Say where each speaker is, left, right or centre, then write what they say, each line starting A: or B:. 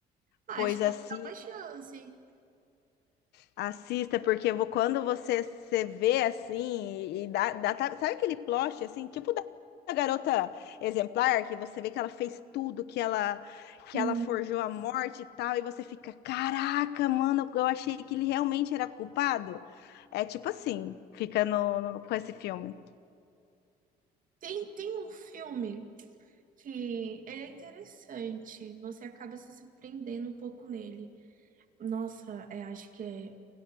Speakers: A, on the right (about 55°); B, on the left (about 75°).
A: Acho
B: pois
A: que
B: assim.
A: eu vou dar uma chance.
B: Assista, porque eu vou- quando você se vê assim, e, e dá, dá- tá- sabe aquele plot assim, tipo da da garota exemplar, que você vê que ela fez tudo, que ela
A: Sim.
B: que ela forjou a morte e tal, e você fica, caraca, mano, eu achei que ele realmente era culpado. É tipo assim, fica no, no- com esse filme.
A: Tem, tem um filme que ele é interessante, você acaba se surpreendendo um pouco nele. Nossa, é, acho que é